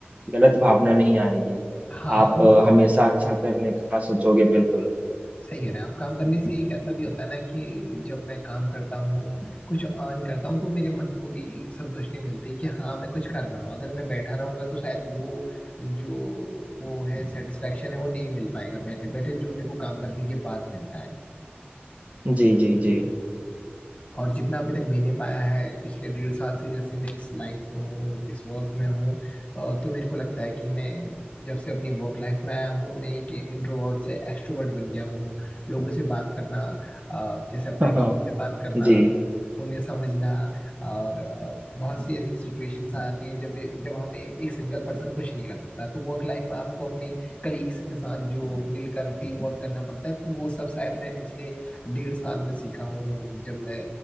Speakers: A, on the right (about 35°); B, on the left (about 30°).
A: गलत भावना नहीं आएगी
B: हाँ
A: आप
B: और
A: अ, हमेशा अच्छा करने का सोचोगे बिल्कुल
B: सही कह रहे हैं आप काम करने से एक ऐसा भी होता है ना कि जब मैं काम करता हूँ कुछ अर्न करता हूँ तो मेरे मन को भी संतुष्टि मिलती है कि हाँ मैं कुछ कर रहा हूँ अगर मैं बैठा रहूंगा तो शायद वो जो वो है सेटिस्फेक्शन है वो नहीं मिल पाएगा बैठे बैठे जो मेरे को काम करने के बाद मिलता है
A: जी जी जी
B: और जितना अभी तक मैंने पाया है पिछले डेढ़ साल से जैसे मैं इस लाइफ में हूँ इस वर्क में हूँ अ, तो मेरे को लगता है कि मैं जब से अपनी वर्क लाइफ में आया हूँ मैं एक इंट्रोवर्ट से एक्सट्रोवर्ट बन गया हूँ लोगों से बात करना अ, जैसे अपने
A: <laughs> हाँ
B: टीम
A: हाँ,
B: से बात करना
A: जी
B: उन्हें समझना और अ, बहुत सी ऐसी सिचुएशंस आ जाती हैं जब जब हमें एक सिंगल पर्सन कुछ नहीं कर सकता तो वर्क लाइफ में आपको अपने कलीग्स के साथ जो मिलकर टीम वर्क करना पड़ता है तो वो सब शायद मैं पिछले डेढ़ साल में सीखा हूँ जब मैं